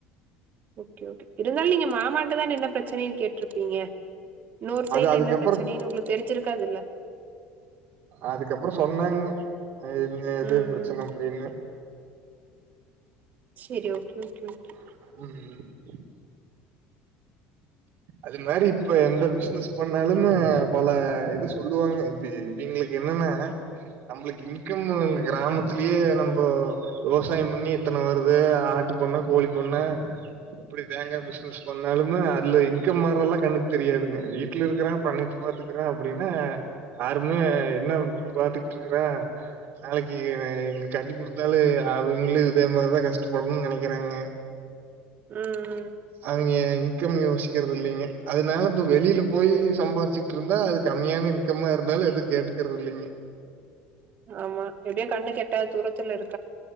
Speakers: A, on the right; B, on the right.
A: ஓகே ஓகே இருந்தாலு நீங்க மாமாட்ட தான என்ன பிரச்சனைனு கேட்ருப்பீங்க இன்னொரு சைட்ல
B: அது அதுக்கப்புறோ
A: என்ன பிரச்சனைனு உங்களுக்கு தெரிஞ்சிருக்காதுல்ல
B: அதுக்கப்றோ சொன்னாங்கங்க என்ன ஏது
A: ம்
B: பிரச்சன
A: ம்
B: எப்டின்னு
A: செரி ஓகே ஓகே ஓகே
B: ம் ம் அது மாரி இப்ப எந்த பிஸ்னஸ் பண்ணாலுமே பல இது சொல்லுவாங்க இப்பியே இவிங்க்ளுக்கு என்னன்னா நம்மளுக்கு இன்கம் வருனு கிராமத்துலியே நம்போ விவசாயம்பண்ணி இத்தன வருது ஆட்டு பண்ண கோழி பண்ண எப்டி தேங்கா பிஸ்னஸ் பண்ணாலுமே அதுல இன் கம் வரதெல்லா கண்ணுக்கு தெரியாதுங்க வீட்ல இருக்றா பண்ணிட்டு பாத்துக்குறே அப்டின்னு ஆருமே என்ன இப்டி பாத்துக்கிட்ருக்ற நாளைக்கு இவன இங்க கட்டி குடுத்தாலு அவங்களு இதே மாரிதா கஷ்டப்படணு நெனைக்கிறாங்க
A: ம் ம்
B: அவிங்க இன்கம் யோசி க்கிறதில்லிங்க அதுனால இப்ப வெளியில போய் சம்பாதிச்சிட்ருந்தா அது கம்மியான இன்கம்மா இருந்தாலு எதுக் கேட்டுக்கறதுல்லிங்க
A: ஆமா எப்டியோ கண்ணு கெட்டாத தூரத்துல இரு